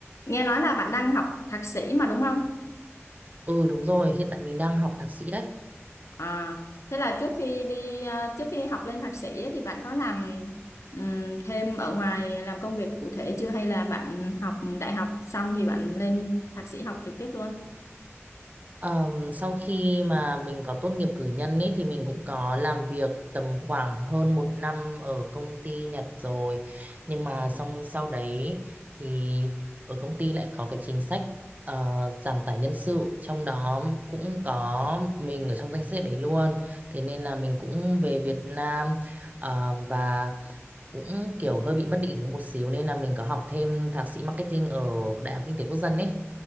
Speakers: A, on the left; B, on the right.
A: Nghe nói là bạn đang học thạc sĩ mà đúng không?
B: Ừ đúng rồi, hiện tại mình đang học thạc sĩ đấy.
A: À, thế là trước khi đi ờ, trước khi học lên thạc sĩ ấy, thì bạn có làm ừm, thêm ở ngoài làm công việc cụ thể chưa hay là bạn học đại học xong thì bạn lên thạc sĩ học trực tiếp luôn?
B: Ờm, sau khi mà mình có tốt nghiệp cử nhân ý, thì mình cũng có làm việc tầm khoảng hơn một năm ở công ty Nhật rồi. Nhưng mà xong sau đấy thì ở công ty lại có cái chính sách ờ, giảm tải nhân sự. Trong đó cũng có mình ở trong danh sách đấy luôn. Thế nên là mình cũng về Việt Nam ờ, và cũng kiểu hơi bị mất định hướng một xíu. Nên là mình có học thêm thạc sĩ marketing ở Đại học Kinh tế Quốc dân ý.